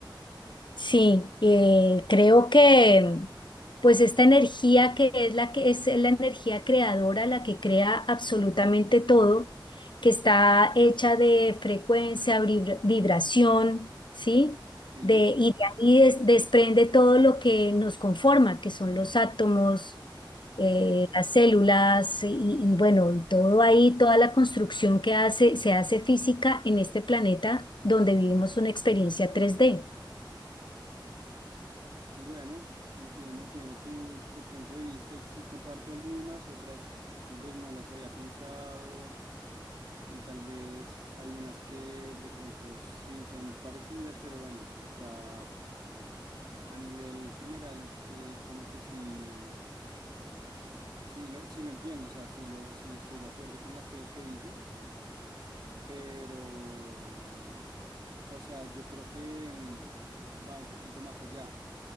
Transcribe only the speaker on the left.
Sí, eh, creo que pues esta energía que es la que es la energía creadora, la que crea absolutamente todo, que está hecha de frecuencia, vibra- vibración, ¿sí?
De, y de ahí des- desprende todo lo que nos conforma, que son los átomos, eh,
las células y, y bueno, todo ahí, toda la construcción que hace, se hace física en este planeta donde vivimos una experiencia tres d